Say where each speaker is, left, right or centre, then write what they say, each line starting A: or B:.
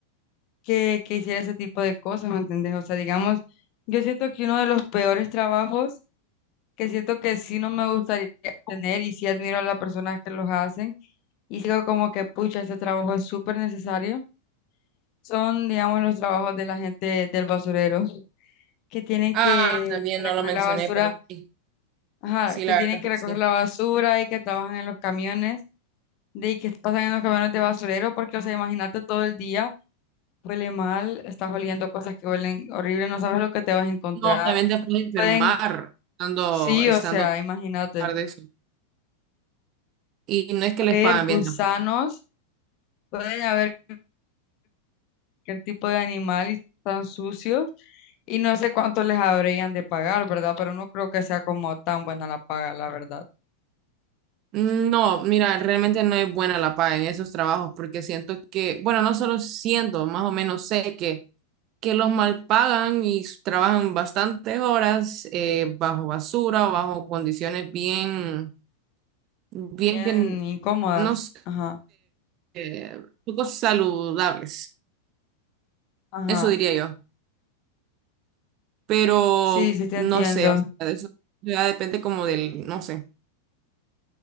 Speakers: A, on the left (about 40°); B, on the right (about 35°).
A: que, que hiciera ese tipo de cosas, ¿me entendés? O sea, digamos, yo siento que uno de los peores trabajos, que siento que sí no me gustaría tener y sí admiro a las personas que los hacen, y sigo como que, pucha, este trabajo es súper necesario, son, digamos, los trabajos de la gente del basurero. que tienen
B: Ah,
A: que,
B: también
A: que recoger
B: no lo mencioné,
A: la basura,
B: pero sí,
A: ajá,
B: sí,
A: que
B: la
A: tienen
B: verdad
A: que
B: es
A: recoger
B: que sí.
A: la basura y que trabajan en los camiones, de y que pasan en los camiones de basurero, porque, o sea, imagínate todo el día, huele mal, estás oliendo cosas que huelen horrible, no sabes lo que te vas a encontrar.
B: No, también te puedes enfermar
A: Pueden,
B: estando,
A: sí,
B: estando
A: o sea, imagínate,
B: trabajar de eso. Y no es que
A: haber
B: les pagan
A: gusanos,
B: bien tampoco.
A: pueden haber cualquier tipo de animal y están sucios. Y no sé cuánto les habrían de pagar, ¿verdad? Pero no creo que sea como tan buena la paga, la verdad.
B: No, mira, realmente no es buena la paga en esos trabajos porque siento que, bueno, no solo siento, más o menos sé que que los mal pagan y s- trabajan bastantes horas eh, bajo basura, bajo condiciones bien, bien
A: Bien
B: que n-
A: incómodas.
B: no sé,
A: Ajá.
B: eh, poco saludables,
A: Ajá.
B: eso diría yo. Pero
A: Sí, sí te
B: no
A: entiendo.
B: sé, o sea, de eso ya depende como del, no sé.